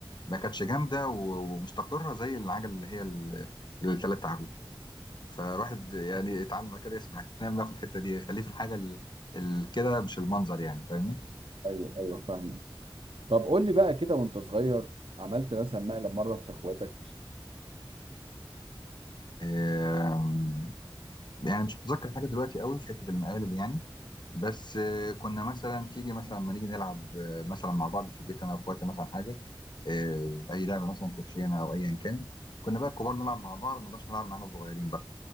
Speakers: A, on the left; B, on the right.
A: ما كانتش جامده و- ومستقره زي العجل اللي هي الثلاث تعابين فالواحد يعني اتعلم كده يسمع الكلام بقى في الحته دي خليه في الحاجه ال... ال... كده مش المنظر يعني فاهمني
B: ايوه ايوه فاهمه طب قول لي بقى كده وانت صغير عملت مثلا مقلب مره في اخواتك
A: آم، يعني مش متذكر حاجه دلوقتي قوي في حته المقالب يعني بس آه، كنا مثلا تيجي مثلا لما نيجي نلعب آه، مثلا مع بعض في البيت انا واخواتي مثلا حاجه آه، اي لعبه مثلا كوتشينه او ايا كان كنا بقى الكبار نلعب مع بعض ما نقدرش نلعب مع ناس صغيرين بقى